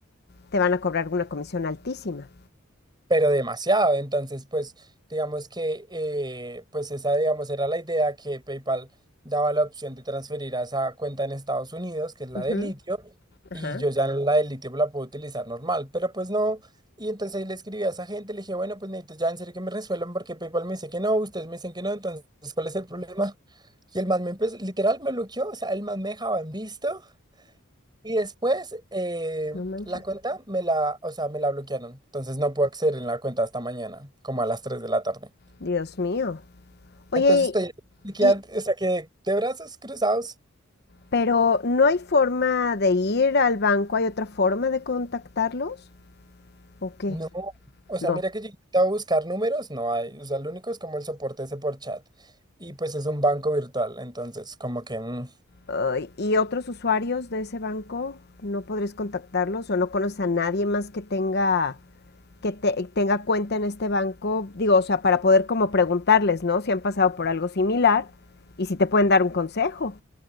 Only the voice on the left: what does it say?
te van a cobrar una comisión altísima.
Ujú.
Ajá.
No manches.
Dios mío. Oye,
¿y,
Pero no hay forma de ir al banco, ¿hay otra forma de contactarlos? ¿O qué?
No.
Ay, ¿Y otros usuarios de ese banco no podrías contactarlos o no conoces a nadie más que tenga que te- tenga cuenta en este banco? Digo, o sea, para poder como preguntarles, ¿no? Si han pasado por algo similar y si te pueden dar un consejo.